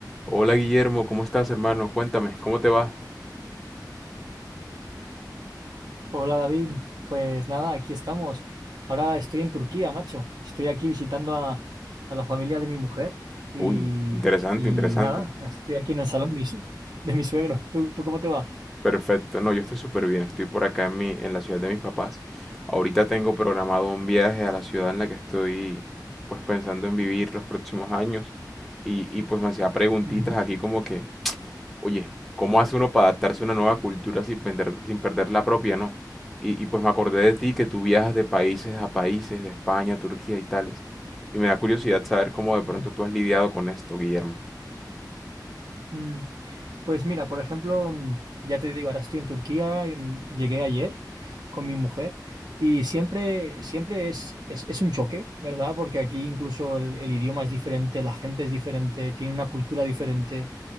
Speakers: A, in the centre; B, on the right.
A: Hola Guillermo, ¿cómo estás, hermano? Cuéntame, ¿cómo te va?
B: Hola David, pues nada, aquí estamos. Ahora estoy en Turquía, macho. Estoy aquí visitando a, a la familia de mi mujer y,
A: Uy, interesante,
B: y
A: interesante.
B: nada, estoy aquí en el salón de mi, su- de mi suegro. ¿Tú, tú cómo te va?
A: Perfecto, no, yo estoy súper bien, estoy por acá en mi, en la ciudad de mis papás. Ahorita tengo programado un viaje a la ciudad en la que estoy, pues pensando en vivir los próximos años. Y, y pues me hacía preguntitas
B: Ujú.
A: aquí como que, Oye, ¿cómo hace uno para adaptarse a una nueva cultura sin perder, sin perder la propia, no? Y, y pues me acordé de ti que tú viajas de países a países, de España, Turquía y tales. Y me da curiosidad saber cómo de pronto
B: Mm,
A: tú has lidiado con esto, Guillermo.
B: mm. Pues mira, por ejemplo, mm, ya te digo, ahora estoy en Turquía, y, mm, llegué ayer con mi mujer y siempre, siempre es, es, es un choque, ¿verdad? Porque aquí incluso el, el idioma es diferente, la gente es diferente, tiene una cultura diferente.